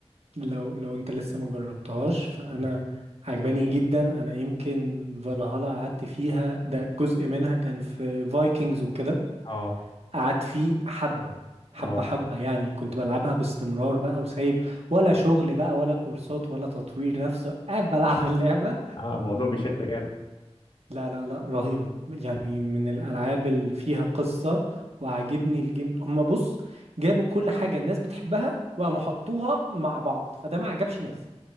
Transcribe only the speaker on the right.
لو لو انت لسه ما جربتهاش فانا
عجباني جدا انا يمكن فالهالا قعدت فيها ده جزء منها كان في فايكنجز وكده
قعدت فيه حبة حبة
حبة يعني كنت بلعبها باستمرار بقى وسايب ولا شغل بقى ولا كورسات ولا تطوير نفسه قاعد بلعب اللعبة
لا لا لا رهيبة يعني من الألعاب اللي فيها قصة وعاجبني الجيم هما بص جابوا كل حاجة الناس بتحبها وقاموا حطوها مع بعض فده ما عجبش ناس